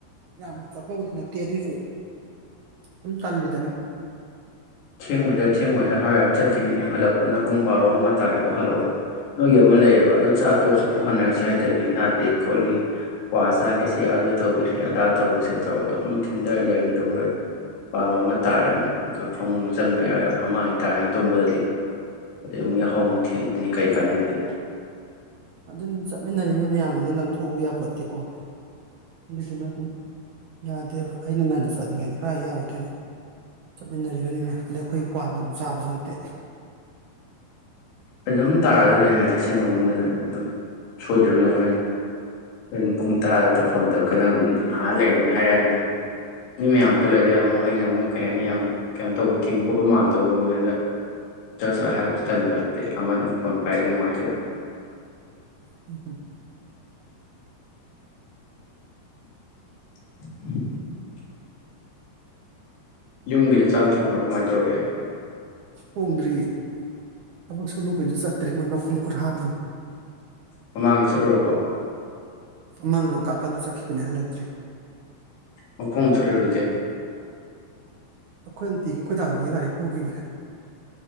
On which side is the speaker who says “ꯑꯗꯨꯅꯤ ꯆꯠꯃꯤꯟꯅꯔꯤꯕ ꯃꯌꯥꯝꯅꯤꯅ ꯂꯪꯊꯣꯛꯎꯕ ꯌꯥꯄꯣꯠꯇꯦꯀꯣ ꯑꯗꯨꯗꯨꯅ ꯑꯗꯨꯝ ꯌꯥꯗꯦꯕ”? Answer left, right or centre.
Right